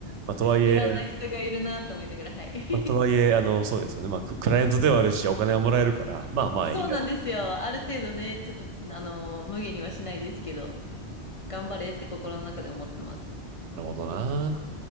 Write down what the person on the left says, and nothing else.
いろんな人がいるなと思いながら、はい。<laughs>
そうなんですよ。ある程度ね、ちょっと、あの、無限にはしないですけど、頑張れって心の中で思ってます。